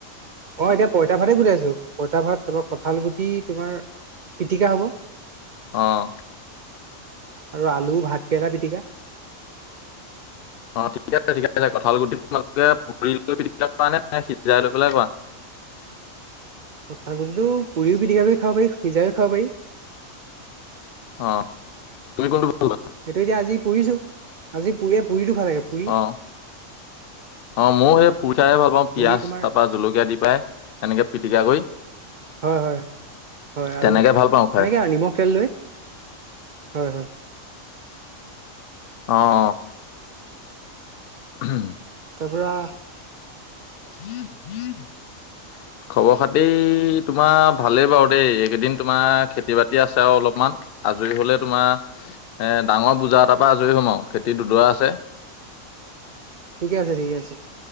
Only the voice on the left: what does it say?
অঁ।
অঁ ঠিক আছে ঠিক আছে। কঠাল গুটি তোমালোকে <unintelligible> পুৰি লৈ <unintelligible> পিটিকা কৰা নে সিজাই লৈ পেলাই কৰা?
অঁ, তুমি কোনটো ভাল পোৱা?
অহ, অঁ মও সেই পুৰি খায়ে ভাল পাওঁ
পিঁয়াজ
তাপা জলকীয়া দি পাই। সেনেকে পিটিকা কৰি
তেনেকে
ভাল পাওঁ খাই
অঁ অঁ। উমহ।
<unintelligible> খবৰ খাতি তোমাৰ ভালেই বাৰু দেই এইকেইদিন তোমাৰ খেতি বাতি বাকী আছে আৰু অলপমান আজৰি হ'লে তোমাৰ এ ডাঙৰ বোজা এটাৰ পৰা আজৰি হম আৱ খেতি দুদৰা আছে।